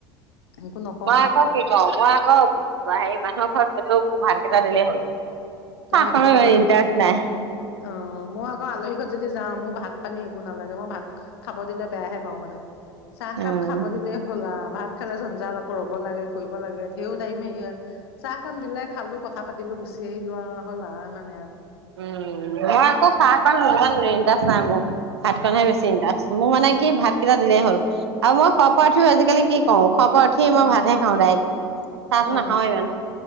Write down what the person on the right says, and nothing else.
মই
আকৌ কি কওঁ মই আকৌ হেৰি মানুহৰ ঘৰত ও ভাত কেইটা দিলে হ'ল
চাহকণত
ইমান
ইণ্টাৰেষ্ট
নাই।
উম
উম মই আকৌ চাহ পাল নান তা ভাত ইনষ্টাহে বেছি ইণ্টাৰেষ্ট মোৰ মে কি ভাত কেইটা দিলেই হ'ল আৰু মই খোৱা পৰা ওথি আজিকালি কি কওঁ খোৱাৰ পৰা উঠি
মই ভাতহে খাওঁ দাৰেইক চাহটো
নাখাও ইমান